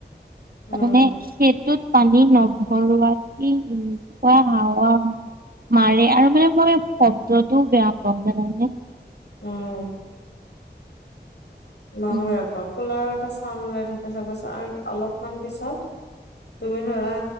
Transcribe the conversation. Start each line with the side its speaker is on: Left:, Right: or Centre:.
Left: উম,
Right: তামেনেই সেইটোত। পানী নভৰোৱা কি এনেকুৱা হাৱা মাৰে আৰু মানে মই শব্দটোও বেয়া পাওঁ জানানে।
Left: উম। ময়ো
Right: উম
Left: বেয়া পাওঁ কোলাৰ এটা ছাউণ্ড ওলাই থাকে চাবচোন আৰু অলপমান পিছত তুমি ধৰা